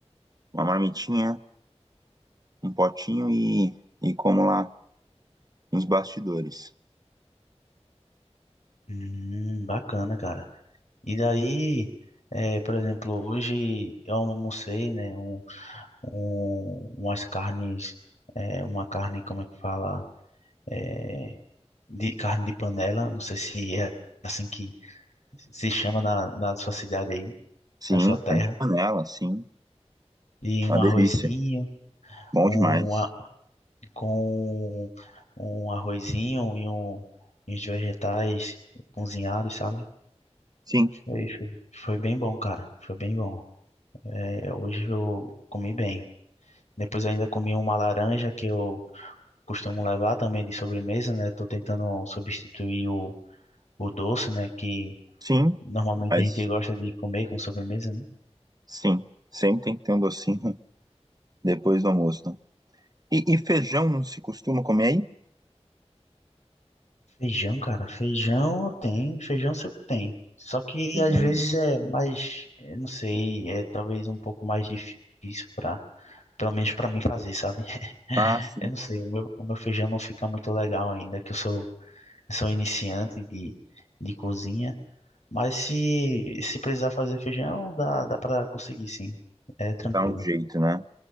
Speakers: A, on the right; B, on the left.
A: uma marmitinha, um potinho e, e como lá, uns bastidores.
B: Hum, bacana, cara. E daí, eh, por exemplo, hoje eu almocei, né, um, um, umas carnes, eh, uma carne, como é que fala, eh, de carne de panela, não sei se é assim que se chama na, na sua cidade aí,
A: Sim,
B: na sua terra,
A: carne de panela, sim.
B: e um
A: Uma delícia.
B: arrozinho,
A: Bom
B: um,
A: demais.
B: a- com um arrozinho e um, e uns vegetais cozinhados, sabe?
A: Sim,
B: Foi, foi foi bem bom, cara, foi bem bom. É, hoje eu comi bem. Depois eu ainda comi uma laranja que eu costumo levar também de sobremesa, né? Tô tentando substituir o, o doce, né? Que
A: sim,
B: normalmente
A: mas
B: a gente gosta de comer com sobremesa, né?
A: sim, sempre tem que ter um docinho <laughs> depois do almoço, né? E, e feijão não se costuma comer aí?
B: Feijão, cara, feijão tem, feijão sempre tem. Só que
A: Feijão,
B: às vezes
A: né?
B: é mais, eu não sei, é talvez um pouco mais difícil para, pelo menos para mim fazer, sabe? <laughs>
A: Ah, sim,
B: Eu não sei, o meu, o meu feijão não fica muito legal ainda, que eu sou, eu sou iniciante de, de cozinha. Mas se, se precisar fazer feijão, dá, dá para conseguir, sim. É tranquilo.
A: dá um jeito, né?